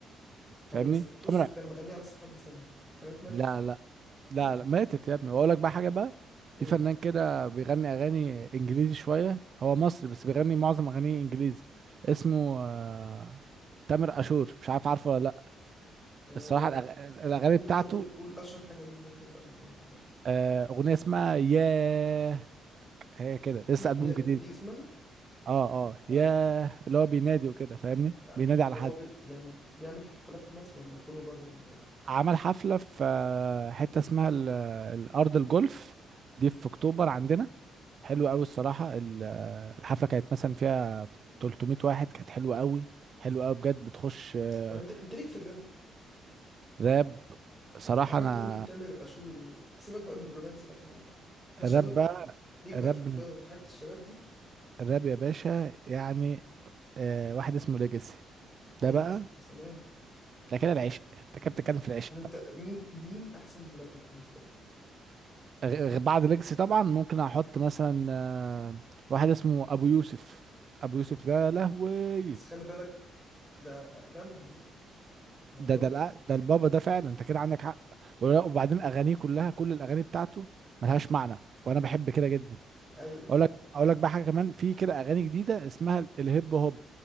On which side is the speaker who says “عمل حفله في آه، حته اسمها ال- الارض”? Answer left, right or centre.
Right